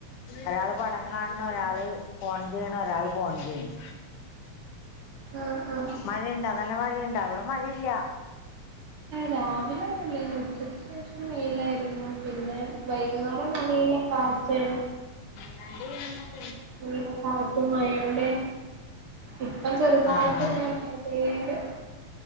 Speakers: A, on the left; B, on the right.
A: ഒരാള് പടം കാൺണ് ഒരാള് ഫോൺ ചെയ്യ്ണ് ഒരാള് ഫോൺ ചെയ്യ്ണ്
B: ആഹ് ആഹ്
A: മഴയുണ്ടോ? നല്ല മഴയുണ്ടോ? അവിടെ മഴയില്ല.
B: രാവിലെ ല്ല ഇ ഉച്ചക്ക് ശേഷം വെയിലായിരുന്നു. പിന്നെ വൈകുന്നോളം നല്ല കാറ്റ്
A: എന്തവിാണ് <unintelligible>
B: നല്ല കാറ്റും മയുണ്ടേ ഇപ്പം ചെറുതായിട്ട്
A: ആഹ് ആഹ്
B: മഴ <unintelligible> പെയ്യ്ണ്ട്.